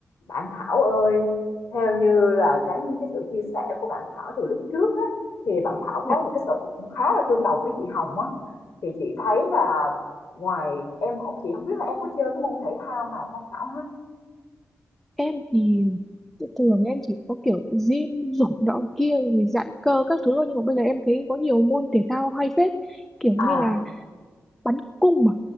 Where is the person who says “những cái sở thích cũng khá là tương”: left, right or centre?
Left